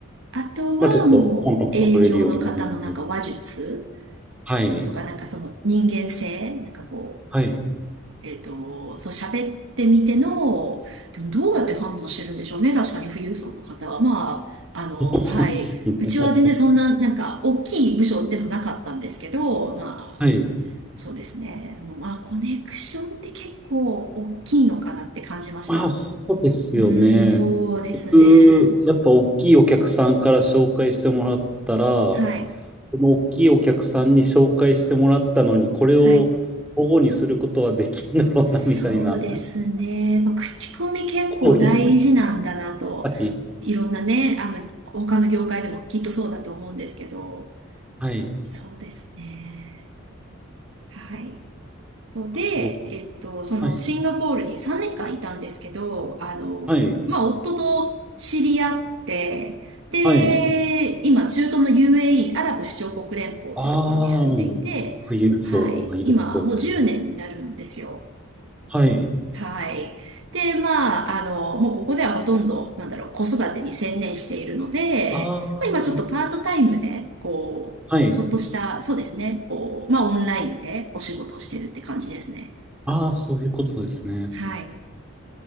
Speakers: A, on the right (about 60°); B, in the centre.
A: あとはもう営業の方のなんか話術
B: まあ、ちょっとコンタクト取れるようになるみたいな。はい、
A: とかなんかその人間性、なんかこ
B: はい、
A: う、えっと、そう喋ってみての、でもどうやって判断してるんでしょうね。確かに富裕層の方は。まあ、あの、
B: そうですね。
A: はい。うちは全然そんななんか大きい部署でもなかったんですけど、まあ、
B: はい。
A: そうですね。もうまあ、コネクションって結構大きいのかなって感じました。
B: まあ、そうですよね。
A: うーん、そうですね。
B: 僕やっぱ大きいお客さんから紹介してもらったら、そ
A: はい。
B: の大きいお客さんに紹介してもらったのに、これを保護にすることはできんだろうな、
A: はい。そうですね。
B: みたいな、
A: まあ、口コミ結構大事なんだなと、
B: そういうはい。
A: いろんなね、あの、他の業界でもきっとそうだと思うんですけど、
B: はい。
A: そうですね。はい。そうで、
B: すごく。
A: えっと、そのシンガポールに3年間いたんですけど、
B: はい。
A: あの、
B: はい。
A: まあ、夫と知り合って、で、
B: はい。
A: 今、中東の UAE、アラブ首長国連邦っていうところに住んでいて、
B: ああ、もう、富裕層がいるところですね。
A: はい。今、もう10年になるんですよ。
B: はい。
A: はい。で、まあ、あの、もうここではほとんど、なんだろう、子育てに専念しているので、
B: ああ、
A: まあ、今ちょっとパートタイムで、こう、
B: はい。
A: ちょっとした、そうですね、こう、まあ、オンラインでお仕事をしてるって感じですね。
B: ああ、そういうことですね。
A: はい。